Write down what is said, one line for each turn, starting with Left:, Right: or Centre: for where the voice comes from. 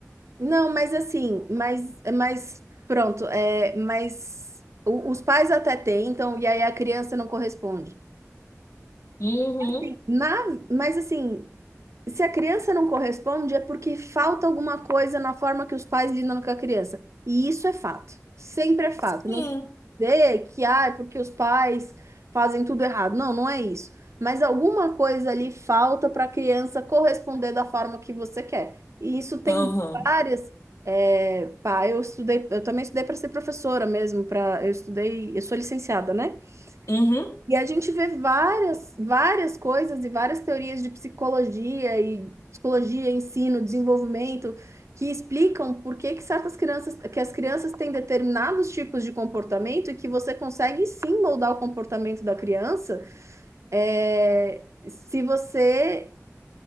Right: Não, mas assim, mas, mas pronto, é, mas o- os pais até tentam e aí a criança não corresponde.
Left: Uhum,
Right: Sim. Na, mas assim, Se a criança não corresponde, é porque falta alguma coisa na forma que os pais lidam com a criança. E isso é fato. Sempre é fato.
Left: sim.
Right: Não quer dizer que, ah, é porque os pais fazem tudo errado. Não, não é isso. Mas alguma coisa ali falta para a criança corresponder da forma que você quer. E isso tem
Left: Aham.
Right: várias. é, pá, eu estudei, eu também estudei para ser professora mesmo, para, eu estudei, eu sou licenciada, né?
Left: Uhum,
Right: E a gente vê várias, várias coisas e várias teorias de psicologia e psicologia, ensino, desenvolvimento que explicam por que que certas crianças, que as crianças têm determinados tipos de comportamento e que você consegue sim moldar o comportamento da criança, é, se você